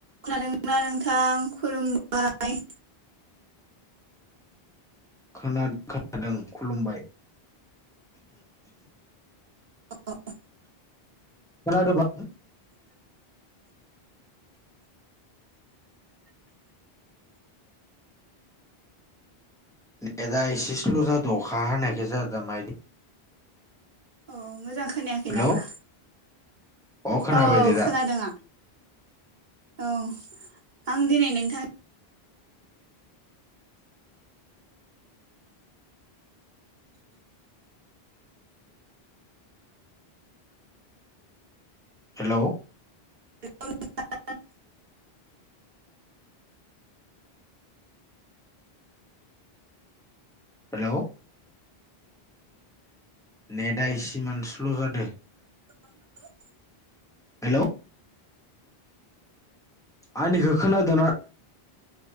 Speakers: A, on the right (about 50°); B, in the centre.
A: खादोंना नोंथां खुलुमबाय
B: खोनादों खोनादों खुलुमबाय
A: अ <unintelligible>
B: खोनादोबा नेदा इसे स्ल जादों अखा हानायखाय जादों नामाय
A: अ मोजां खोनायाखै
B: हेलौ
A: नामा
B: अ खोनाबाय
A: औ-औ
B: दे दा
A: खोनादों आं औ आं दिनै नोंथां
B: हेलौ
A: <unintelligible>
B: हेल' नेटा इसे इमान स्ल' जादों
A: <inaudible>
B: हेल' आंनिखौ खोनादोंना